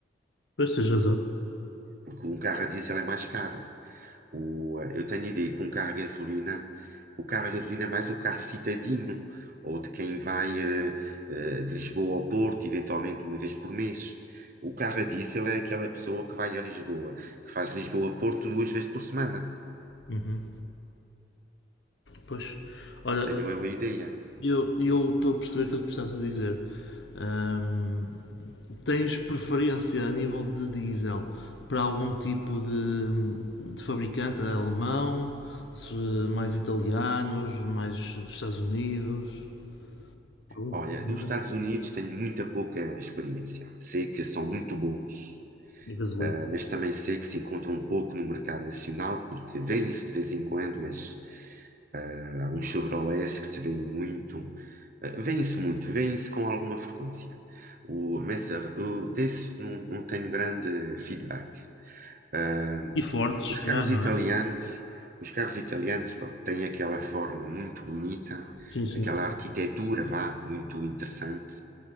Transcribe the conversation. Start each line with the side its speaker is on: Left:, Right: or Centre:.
Left: Pois tens razão.
Right: porque um carro a diesel é mais caro. O, ah, eu tenho a ideia que um carro a gasolina, o carro a gasolina é mais o carro citadino, ou de quem vai ah, ah, de Lisboa ao Porto, eventualmente uma vez por mês. O carro a diesel é aquela pessoa que vai a Lisboa, que faz Lisboa-Porto duas vezes por semana.
Left: Uhum. Pois. Olha,
Right: Tenho eu a ideia.
Left: eu eu estou a perceber aquilo que estás a dizer. Ahm, tens preferência a nível de diesel para algum tipo de, de fabricante né? alemão, se- mais italianos, mais Estados Unidos? Algum
Right: Olha,
Left: que recomendas?
Right: dos Estados Unidos tenho muita pouca experiência. Sei que são muito bons,
Left: Gasolina.
Right: ah, mas também sei que se encontram um pouco no mercado nacional, porque vêm se de vez em quando, mas ah, há uns Chevrolets que se vêem muito. Uh, vêem-se muito, vêm se com alguma frequência. O, mas ah, eu desse não, não tenho grande feedback. Ah,
Left: E Ford, se
Right: os
Left: calhar,
Right: carros
Left: não
Right: italianos,
Left: é?
Right: os carros italianos, pronto, têm aquela forma muito bonita,
Left: Sim, sim.
Right: aquela arquitetura, vá, muito interessante.